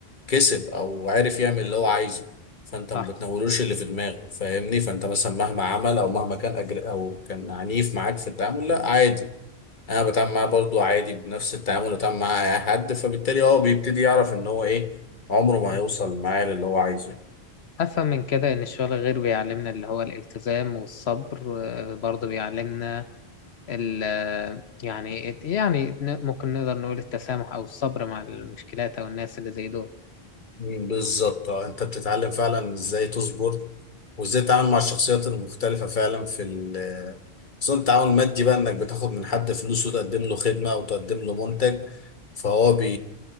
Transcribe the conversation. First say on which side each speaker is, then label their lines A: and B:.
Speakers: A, on the left; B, on the left.
A: كسب او عارف يعمل اللي
B: نعم.
A: هو عايزه فانت ما
B: صح
A: بتنولوش اللي في دماغك فاهمني فانت مثلا مهما عمل او مهما كان أجر او كان عنيف معاك في التعامل لا عادي انا بتعامل معاه برضو عادي بنفس التعامل اللي بتعامل معاه اي حد فبالتالي هو بيبتدي يعرف ان هو ايه عمره ما
B: م.
A: هيوصل معاه للي هو عايزه
B: أفهم من كده إن الشغل غير بيعلمنا اللي هو الالتزام والصبر آه، برضه بيعلمنا ال يعني يعني ن- ممكن نقدر نقول التسامح أو الصبر مع المشكلات أو الناس اللي زي دول
A: مم، بالظبط اه انت بتتعلم فعلا ازاي تصبر وازاي تتعامل مع الشخصيات المختلفة فعلا في ال خصوصا التعاون المادي بقى انك بتاخد من حد فلوس وتقدم له خدمة او تقدم له منتج فهو بي